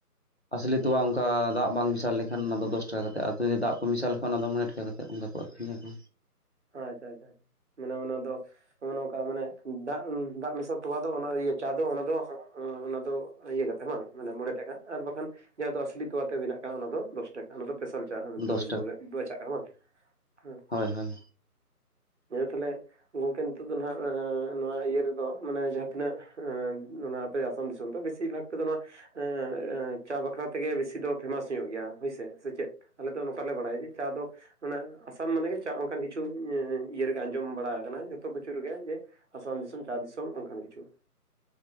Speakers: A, on the left; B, on the right.
A: ᱟᱥᱞᱤ ᱛᱳᱣᱟ ᱟ ᱫᱟᱜ ᱵᱟᱝ ᱢᱮᱥᱟᱞ ᱞᱮᱠᱷᱟᱱ ᱚᱱᱟ ᱫᱚ ᱫᱚᱥ ᱴᱟᱠᱟ ᱠᱟᱛᱮᱫ ᱟᱨ ᱡᱩᱫᱤ ᱫᱟᱜ ᱠᱚ ᱢᱮᱥᱟᱞ ᱞᱮᱠᱷᱟᱱ ᱚᱱᱟ ᱫᱚ ᱢᱚᱬᱮ ᱴᱟᱠᱟ ᱠᱟᱛᱮᱫ ᱚᱱᱠᱟ ᱠᱚ ᱟᱹᱠᱷᱨᱤᱧᱟᱠᱚ᱾
B: ᱟᱪᱪᱷᱟ ᱟᱪᱪᱷᱟ ᱟᱪᱷᱟ᱾ ᱢᱟᱱᱮ ᱚᱱᱟ ᱫᱚ ᱱᱚᱜᱼᱚ ᱱᱚᱝᱠᱟ ᱢᱟᱱᱮ ᱫᱟᱜ ᱫᱟᱜ ᱢᱮᱥᱟ ᱛᱳᱣᱟ ᱫᱚ ᱚᱱᱟ ᱤᱭᱟᱹ ᱪᱟ ᱫᱚ ᱚᱱᱟ ᱫᱚ ᱚᱱᱟ ᱫᱚ ᱤᱭᱟᱹ ᱠᱟᱛᱮ ᱵᱟᱝ᱾ ᱢᱟᱱᱮ ᱢᱚᱬᱮ ᱴᱟᱠᱟ ᱟᱨ ᱵᱟᱠᱷᱟᱱ ᱡᱟᱦᱟᱸ ᱫᱚ ᱟᱥᱞᱤ ᱛᱳᱣᱟ ᱛᱮ ᱵᱮᱱᱟᱜ ᱠᱟᱱᱟ, ᱚᱱᱟ ᱫᱚ ᱫᱚᱥ ᱴᱟᱠᱟ, ᱚᱱᱟ ᱫᱚ ᱯᱮᱥᱟᱞ ᱪᱟ ᱦᱚᱸ ᱢᱤᱫᱴᱟᱹᱝ
A: ᱫᱚᱥ
B: ᱵᱮᱥ ᱵᱚᱞᱮ ᱵᱟᱪᱷᱟᱜ ᱠᱟᱱᱟ ᱵᱟᱝ? ᱦᱩᱸ᱾
A: ᱦᱚᱭ ᱦᱚᱭ᱾
B: <unintelligible> ᱜᱚᱝᱠᱮ ᱱᱤᱛᱚᱜ ᱫᱚ ᱱᱷᱟᱜ ᱟᱺᱻ ᱱᱚᱶᱟ ᱤᱭᱟᱹ ᱨᱮᱫᱚ ᱢᱟᱱᱮ ᱡᱟᱦᱟᱸ ᱛᱤᱱᱟᱹᱜ ᱟᱺᱻ ᱚᱱᱟ ᱟᱥᱟᱢ ᱫᱤᱥᱚᱢ ᱫᱚ ᱵᱮᱥᱤ ᱵᱷᱟᱜᱽ ᱛᱮ ᱱᱚᱶᱟ ᱟᱺᱻᱟᱺ ᱪᱟ ᱵᱟᱠᱷᱨᱟ ᱛᱮᱜᱮ ᱵᱮᱥᱤ ᱫᱚ ᱯᱷᱮᱢᱟᱥ ᱦᱩᱭᱩᱜ ᱜᱮᱭᱟ᱾ ᱦᱳᱭᱥᱮ ᱥᱮ ᱪᱮᱫ? ᱟᱞᱮ ᱫᱚ ᱱᱚᱝᱠᱟ ᱞᱮ ᱵᱟᱰᱟᱭᱟ ᱡᱮ ᱪᱟ ᱫᱚ ᱢᱟᱱᱮ ᱟᱥᱟᱢ ᱢᱟᱱᱮ ᱪᱟ ᱚᱱᱠᱟᱱ ᱠᱤᱪᱷᱩ ᱤᱸᱻ ᱤᱭᱟᱹ ᱨᱮᱜᱮ ᱟᱸᱡᱚᱢ ᱵᱟᱲᱟ ᱟᱠᱟᱱᱟ, ᱡᱚᱛᱚ ᱠᱤᱪᱷᱩ ᱨᱮᱜᱮ ᱡᱮ ᱟᱥᱟᱢ ᱫᱤᱥᱚᱢ᱾ ᱪᱟ ᱫᱤᱥᱚᱢ ᱚᱱᱠᱟᱱ ᱠᱤᱪᱷᱩ᱾